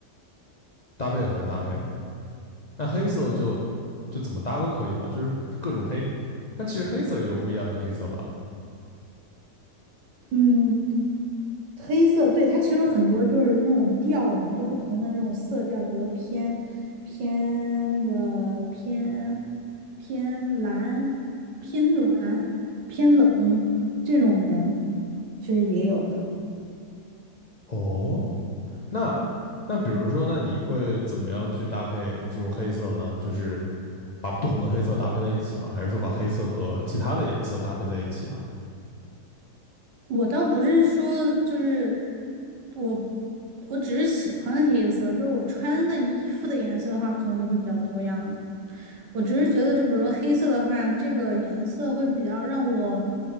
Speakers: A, on the left; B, on the right.
A: 搭配很难搭配。那黑色就就怎么搭都可以嘛，就是各种黑。那其实黑色也有不一样的黑色吧？
B: 嗯，黑色，对，它其实有很多就是那种调嘛，就不同的那种色调，比如偏偏那个偏偏蓝、偏暖、偏冷这种的，其实也有的。
A: 哦，那那比如说，那你会怎么样去搭配这种黑色呢？就是把不同的黑色搭配在一起吗？还是说把黑色和其他的颜色搭配在一起啊？
B: 我倒不是说就是我，我只是喜欢黑色，就是我穿的衣服的颜色的话，可能就会比较多样。我只是觉得，就比如说黑色的话，这个颜色会比较让我